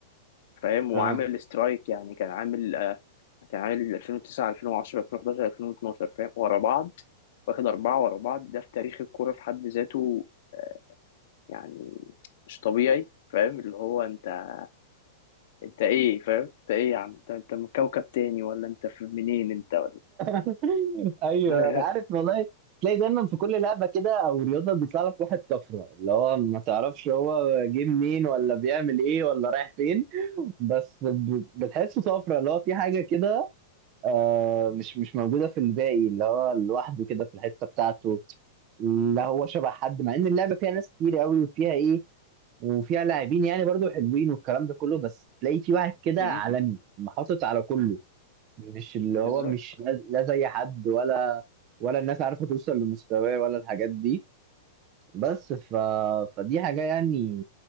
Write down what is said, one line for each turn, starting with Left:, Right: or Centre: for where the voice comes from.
Left: فاهم وعامل
Right: اه
Left: سترايك يعني كان عامل تعالي ل 2009 2010 2011 2012 فاهم ورا بعض واخد أربعة ورا بعض ده في تاريخ الكورة في حد ذاته آه، يعني مش طبيعي فاهم اللي هو انت انت ايه فاهم انت ايه يا عم انت انت من كوكب تاني ولا انت في منين انت ولا
Right: <laughs> ايوه
Left: <laughs>
Right: عارف والله تلاقي دايما في كل لعبه كده او رياضه بيطلع لك واحد طفره اللي هو ما تعرفش هو جه منين ولا بيعمل ايه ولا رايح فين بس ب- بتحسه طفره اللي هو في حاجه كده آه مش مش موجوده في الباقي اللي هو لوحده كده في الحته بتاعته لا هو شبه حد مع ان اللعبه فيها ناس كتير قوي وفيها ايه وفيها لاعبين يعني برضو حلوين والكلام ده كله بس تلاقي في واحد كده
Left: مم،
Right: عالمي محطط على كله مش اللي هو
Left: بالظبط
Right: مش لا لا زي حد ولا ولا الناس عارفه توصل لمستواه ولا الحاجات دي بس ف... فدي حاجه يعني